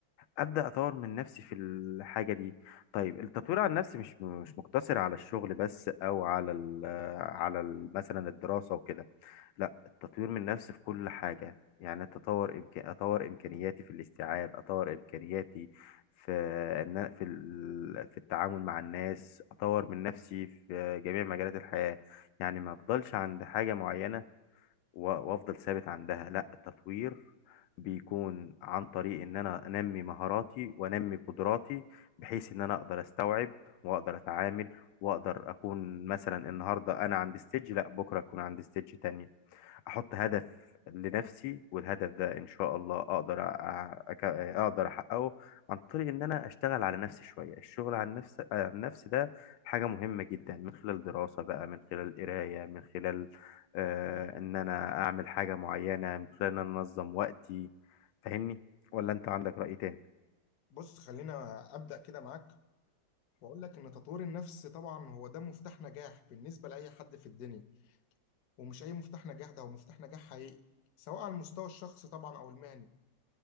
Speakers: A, on the left; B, on the left.
A: ابدا اطور من نفسي في الحاجه دي طيب التطوير عن نفسي مش مش مقتصر على الشغل بس او على ال على ال مثلا الدراسه وكده لا التطوير من نفسي في كل حاجه يعني اتطور امكان اطور امكانياتي في الاستيعاب اطور امكانياتي في ان أنا- في ال- في التعامل مع الناس اطور من نفسي في جميع مجالات الحياه يعني ما افضلش عند حاجه معينه و- وافضل ثابت عندها لا التطوير بيكون عن طريق ان انا انمي مهاراتي وانمي قدراتي بحيث ان انا اقدر استوعب واقدر اتعامل واقدر اكون مثلا النهارده انا عند ستيج لا بكره اكون عند ستيج تانية احط هدف لنفسي والهدف ده ان شاء الله اقدر أ- أك- اقدر احققه عن طريق ان انا اشتغل على نفسي شويه الشغل على النفس على النفس ده حاجه مهمه جدا من خلال دراسه بقى من خلال قرايه من خلال آه ان انا اعمل حاجه معينه من خلال ان انا انظم وقتي فاهمني ولا انت عندك رأي تاني
B: بص خلينا ابدا كده معاك واقول لك ان تطوير النفس طبعا هو ده مفتاح نجاح بالنسبة لاي حد في الدنيا ومش اي مفتاح نجاح ده هو مفتاح نجاح حقيقي سواء على المستوى الشخصي طبعا او المهني